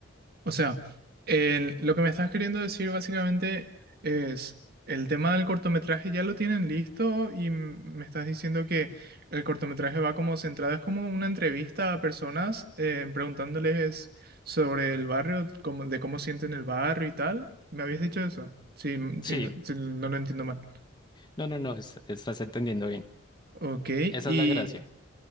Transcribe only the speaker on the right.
O sea, el- lo que me estás queriendo decir básicamente es el tema del cortometraje ya lo tienen listo y m- me estás diciendo que el cortometraje va como centrado, es como una entrevista a personas eh, preguntándoles sobre el barrio, cómo- de cómo sienten el barrio y tal. ¿Me habías dicho eso? Si,
si no si no lo entiendo mal.
Ok,
y,